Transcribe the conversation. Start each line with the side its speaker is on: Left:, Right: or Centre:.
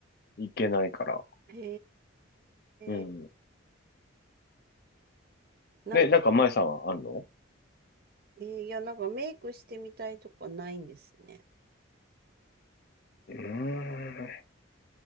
Left: 行けないから。
Right: へ
Left: うん。
Right: え。なんかこ
Left: ね、なんか、前さんはあんの
Right: う、えーいや、なんかメイクしてみたいとかないんですね。
Left: うーん。